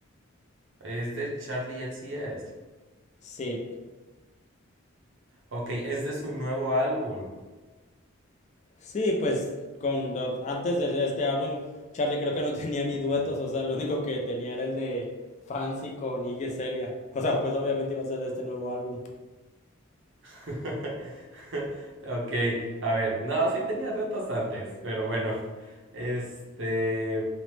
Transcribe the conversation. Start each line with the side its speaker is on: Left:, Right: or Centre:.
Right: Es de Charlie XCX.
Left: Sí,
Right: Ok, es de su nuevo álbum.
Left: Sí, pues con los- antes de este álbum, Charlie creo que no <laughs> tenía ni duetos, o sea, el único que tenía era el de Fancy con Iggy Celia. O sea, pues obviamente iba a ser de este nuevo álbum.
Right: <laughs> Ok, a ver, no, sí tenía duetos antes, pero bueno, <laughs> este,